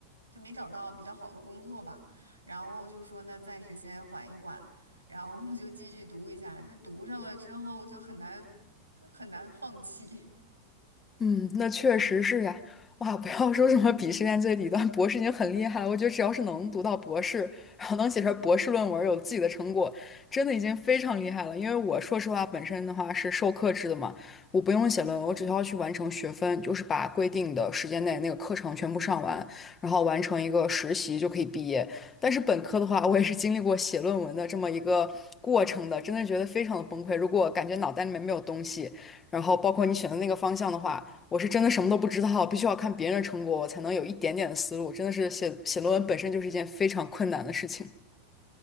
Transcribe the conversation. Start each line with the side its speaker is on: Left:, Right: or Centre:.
Right: 就没找到比较好的工作吧，然后就说那暂时先缓一缓，然后我就继续读一下。这读上了之后就很难很难放弃。
Left: 嗯，那确实是呀、哇，不要说什么鄙视链最底端，博士已经很厉害了。我觉得只要是能读到博士，然后能写出来博士论文，有自己的成果，真的已经非常厉害了。因为我说实话，本身的话是授课制的嘛，我不用写论文，我只需要去完成学分，就是把规定的时间内那个课程全部上完，然后完成一个实习就可以毕业。但是本科的话，我也是经历过写论文的这么一个过程的，真的觉得非常的崩溃。如果感觉脑袋里面没有东西。然后包括你选的那个方向的话，我是真的什么都不知道，必须要看别人的成果，我才能有一点点的思路。真的是写写论文本身就是一件非常困难的事情。